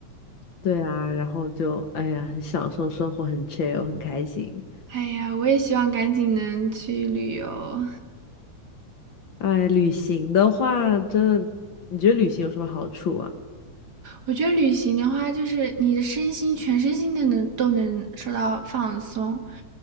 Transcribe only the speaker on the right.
哎呀，我也希望赶紧能去旅游。
我觉得旅行的话，就是你的身心、全身心的能都能受到放松，